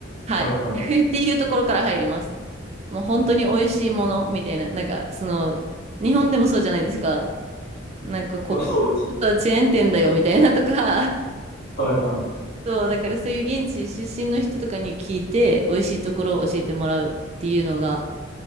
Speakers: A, on the right; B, on the left.
A: はい。
B: はいはい。
A: <laughs> っていうところから入ります。もう本当に美味しいものみたいな、なんかその、日本でもそうじゃないですか。なんかここ、
B: まあそうです。
A: ちょっとチェーン店だよみたいなとか、<laughs>
B: はいは
A: そう、だからそういう現地出身の人とかに聞いて、美味しいところを教えてもらうっていうのが、